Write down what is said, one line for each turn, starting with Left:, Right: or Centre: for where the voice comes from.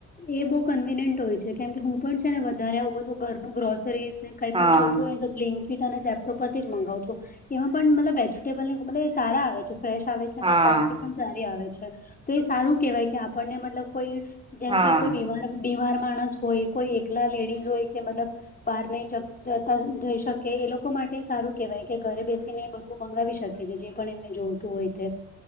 Left: એ બહુ કન્વીિનિયન્ટ હોય છે કેમ કે હું પણ છે ને વધારે આવું બધું ઘરનું ગ્રોસરીઝ ને કઈ
Right: હા,
Left: પણ જોતું હોય તો બ્લિન્કી કિટ અને ઝેપ્ટો પરથી જ મગાવુ છું એમાં પણ મતલબ વેજીિટેબલ મતલબ એ સારા આવે છે ફ્રેશ આવે છે
Right: હા,
Left: અને ક્વોલિટી પણ સારી આવે છે તો એ સારું કેહેવાય કે આપણને મતલબ કોઈ જેમકે
Right: હા,
Left: કોઈ બીમાર બીમાર માણસ હોય કોઈ એકલા લેડીઝ હોય કે મતલબ બહાર નહી જ જતા જઈ શકે એ લોકો માટે સારું કેહેવાય કે ઘરે બેસીને બધું મંગાવી શકે છે જે પણ એમને જોવું હોય